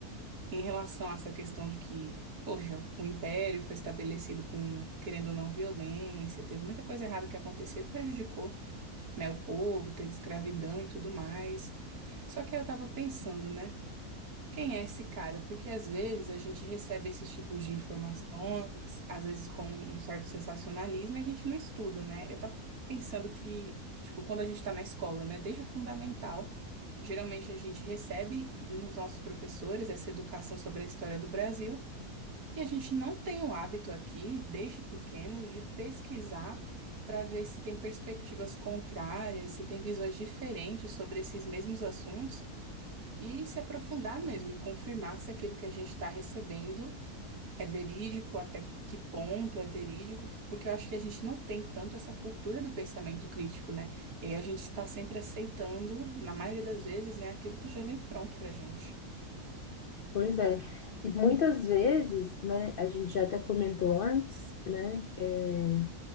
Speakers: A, on the right; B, on the left.
A: em relação a essa questão de que, poxa, o império foi estabelecido com, querendo ou não, violência, teve muita coisa errada que aconteceu e prejudicou, né, o povo, teve escravidão e tudo mais. Só que aí eu tava pensando, né? Quem é esse cara? Porque às vezes a gente recebe esses tipos de informações, às vezes com um certo sensacionalismo, e a gente não estuda, né? Eu tava pensando que, tipo, quando a gente tá na escola, né, desde o fundamental, geralmente a gente recebe nos nossos professores essa educação sobre a história do Brasil, e a gente não tem o hábito aqui, desde pequenos, de pesquisar para ver se tem perspectivas contrárias, se tem visões diferentes sobre esses mesmos assuntos e se aprofundar mesmo e confirmar se aquilo que a gente está recebendo é verídico, até que ponto é verídico, porque eu acho que a gente não tem tanto essa cultura do pensamento crítico, né? E aí a gente está sempre aceitando, na maioria das vezes, né, aquilo que já vem pronto para a gente.
B: Pois é. E muitas vezes, né, a gente já até comentou antes, né, é,